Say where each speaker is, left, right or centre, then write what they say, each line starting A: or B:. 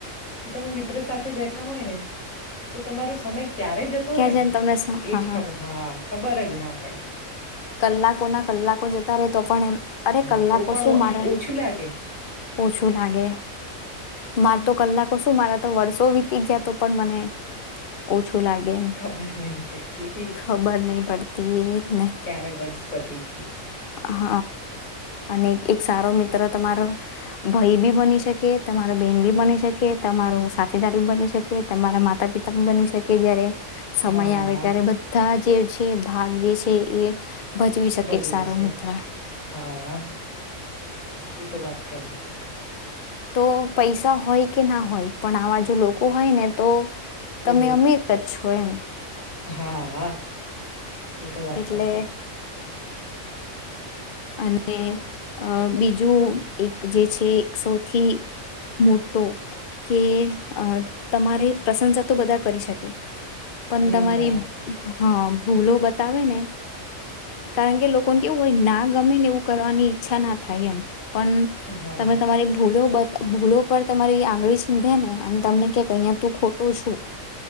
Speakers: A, on the left; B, on the left.
A: કે તમે મિત્ર સાથે બેઠા હોય ને તો તમારો સમય ક્યારે જતું
B: ક્યાં
A: રે ને
B: છેને તમને
A: એજ
B: હા
A: ખબર હા ખબર જ ના પડે.
B: કલાકો ના કલાકો જતા રહે તો પણ એમ અરે
A: હા
B: કલાકો
A: તો પણ
B: શું
A: આમ
B: મારે
A: ઓછું લાગે
B: ઓછું લાગે માર તો કલાકો શું મારા તો વર્ષો વીતી ગયા તો પણ મને ઓછું શું લાગે એમ
A: ખબર નહી પડતી
B: ખબર નહી પડતી એને.
A: વનસ્પતિ <inaudible>
B: હ અને એક સારો મિત્ર તમારો ભાઈ બી બની શકે તમારો બેન બી બની શકે તમારો સાથીદાર બી બની શકે તમારા માતા પિતા બી બની શકે જયારે સમય
A: હા
B: આવે ત્યારે બધા જ જે છે ભાગ જે છે એ ભજવી શકે
A: ભજવે
B: એક સારો
A: છે
B: મિત્ર
A: હા એ તો વાત ખરી.
B: તો પૈસા હોય કે ના હોય પણ આ બા જોુ લોકો લોકો હોય ને તો
A: તો
B: તમે અમીર જ છો એમ
A: હા એ તો વાત
B: એટલે
A: સાચી
B: અને અ બીજું એક જે છે સૌથી મોટો કે અ તમારે પ્રશંસા તો બધા કરી શકે પણ
A: નિંદા
B: તમારી હા ભૂલો બ તાવે ને કારણ કે લોકોને કેવું હોય ના ગમે ને એવું કરવાની ઈચ્છા ના થાય એમ પણ
A: હા,
B: તમે તમારી ભૂલો બ ભૂલો પર તમારી આંગળી સીંધે ને અને તમને કે અહીયાં તું ખોટો છું